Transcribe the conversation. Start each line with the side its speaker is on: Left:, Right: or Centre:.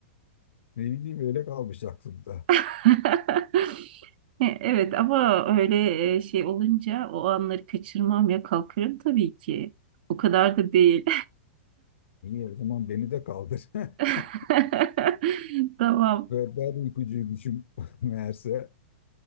Left: Ne bileyim öyle kalmış aklımda.
Right: <laughs> Evet ama öyle e, şey olunca o anları kaçırmam ya kalkarım tabii ki. O kadar da değil.
Left: İyi o zaman beni de kaldır.
Right: <laughs>
Left: <laughs>
Right: Tamam.
Left: Ve ben uykucuymuşum <laughs> meğerse.